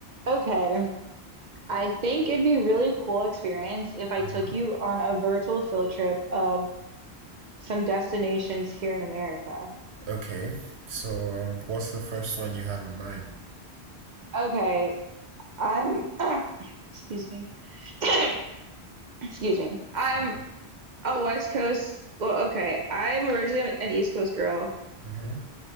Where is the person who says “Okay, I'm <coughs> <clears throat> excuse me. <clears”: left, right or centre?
Right